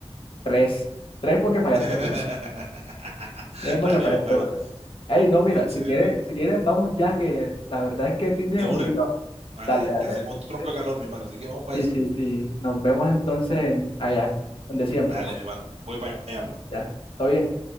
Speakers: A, on the left; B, on the right.
A: tres, tres porque fallaste
B: <laughs>
A: una, tres porque
B: Dale,
A: fallaste
B: mi hermano.
A: una. Ey, no, mira,
B: Excelente.
A: si quieres, si quieres vamos ya que la verdad es que estoy bien
B: De
A: aburrido.
B: una. Mate,
A: Dale, dale.
B: ya
A: dale.
B: hace un tronco de calor, mi hermano. Así que vamos para
A: Sí,
B: esa.
A: sí, sí. sí. Nos vemos entonces en- allá, donde siempre
B: Dale,
A: pues.
B: mi hermano. Voy para allá, pues.
A: Ya, ¿todo bien?